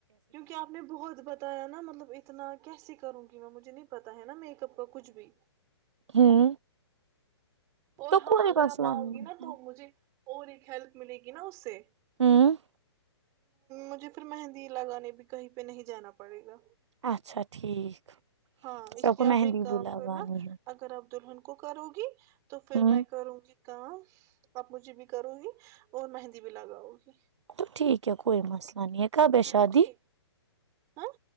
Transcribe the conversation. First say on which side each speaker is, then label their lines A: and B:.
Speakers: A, on the right; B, on the right.
A: کیونکہ آپ نے بہت بتایا نا مطلب اتنا کیسے کروں گی میں مجھے نہیں پتا ہے نا میک اپ کا کچھ بھی
B: ہوں
A: اور
B: تو
A: ہاں
B: کوئی
A: اگر
B: مسئلہ
A: آپ آؤ
B: نہیں
A: گی نا تو
B: ہے۔
A: مجھے اور ایک ہیلپ ملے گی نا اس سے
B: ہوں
A: مجھے پھر مہندی لگانے بھی کہیں پہ نہیں جانا پڑے گا
B: اچھا ٹھیک
A: ہاں اس
B: سب
A: لیے
B: کو مہندی
A: آپ ایک کام
B: بھی لگانی
A: کرنا
B: ہے
A: اگر آپ دلہن کو کرو گی تو پھر
B: ہوں
A: میں کروں گی کا <unintelligible> باپو جی بھی کروں گی اور مہندی بھی لگاؤ گی
B: تو ٹھیک ہے کوئی مسئلہ نہیں ہے کب ہے
A: نا
B: شادی
A: ٹھیک ہاں